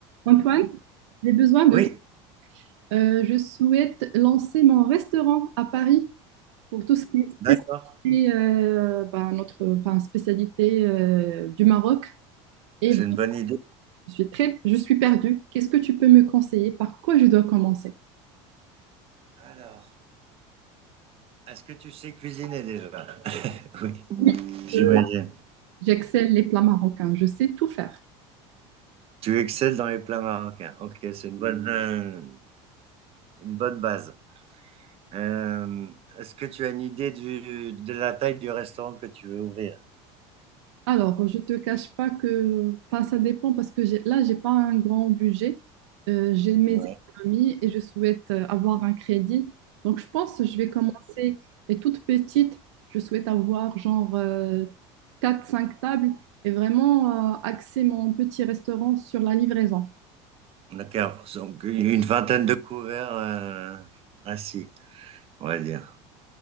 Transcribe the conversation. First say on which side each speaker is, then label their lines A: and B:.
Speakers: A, on the right; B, on the right.
A: Antoine, j'ai besoin de
B: Oui,
A: toi. Euh, je souhaite lancer mon restaurant à Paris pour tout ce qui est
B: d'accord,
A: spécialité, euh, ben, notre, enfin, spécialité euh, du Maroc. Et
B: c'est
A: bon,
B: une bonne idée.
A: je suis très, je suis perdue. Qu'est-ce que tu peux me conseiller? Par quoi je dois commencer?
B: Alors, est-ce que tu sais cuisiner déjà? <laughs> Oui,
A: Oui,
B: j'imagine.
A: euh, j'excelle les plats marocains. Je sais tout faire.
B: Tu excelles dans les plats marocains. Ok, c'est une bonne, euh, une bonne base. Euh, est-ce que tu as une idée du, de la taille du restaurant que tu veux ouvrir?
A: Alors, je te cache pas que, enfin, ça dépend parce que j'ai, là, j'ai pas un grand budget. Euh, j'ai mes
B: Ouais.
A: économies et je souhaite euh, avoir un crédit. Donc, je pense que je vais commencer. Et toute petite, je souhaite avoir genre euh, quatre, cinq tables et vraiment euh, axer mon petit restaurant sur la livraison.
B: D'accord, donc une vingtaine de couverts euh, assis, on va dire.